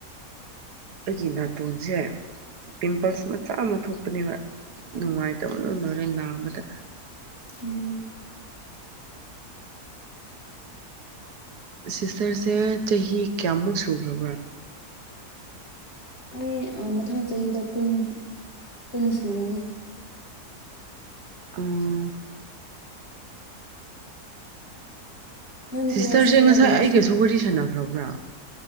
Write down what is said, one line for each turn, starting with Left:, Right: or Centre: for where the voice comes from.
Right: ꯑꯩꯒꯤ ꯅꯥꯇꯣꯟꯁꯦ ꯄꯤꯝꯄꯜꯁ ꯃꯆꯥ ꯑꯃ ꯊꯣꯛꯄꯅꯦꯕ ꯅꯨꯡꯉꯥꯏꯇꯕꯅ ꯂꯔꯦ ꯅꯥꯕꯗ
Left: ꯎꯝ
Right: ꯁꯤꯁꯇꯔꯁꯦ ꯆꯍꯤ ꯀꯌꯥꯃꯨꯛ ꯁꯨꯈ꯭ꯔꯕ꯭ꯔꯥ
Left: ꯑꯩ ꯃꯊꯪ ꯆꯍꯤꯗ ꯀꯨꯟ ꯀꯨꯟ ꯁꯨꯔꯅꯤ
Right: ꯎꯝ
Left: ꯅꯪꯗꯤ
Right: ꯁꯤꯁꯇꯔꯁꯦ
Left: ꯀꯌꯥ ꯀꯌꯥꯒꯨꯝꯕ
Right: ꯉꯁꯥꯏ ꯑꯩꯒꯥꯁꯨ
Left: ꯁꯨ
Right: ꯋꯥꯔꯤ ꯁꯥꯟꯅꯈ꯭ꯔꯕ꯭ꯔꯥ